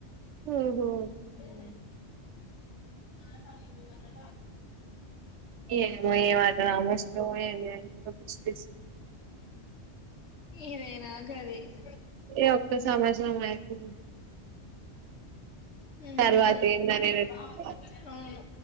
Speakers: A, on the right; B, on the left.
A: ఓహో
B: ఉ హ పనికి పోకుండా
A: ఏమో ఎం ఆటోనమస్ ఓ ఏమో అంత పిచ్చిలేసుంది
B: ఇదే నాగది <unintelligible>
A: ఈ ఒక్క సంవత్సరం అయితే
B: ఉ
A: తర్వాత ఏందనేది వెతుక్కోవాలి
B: ఆవును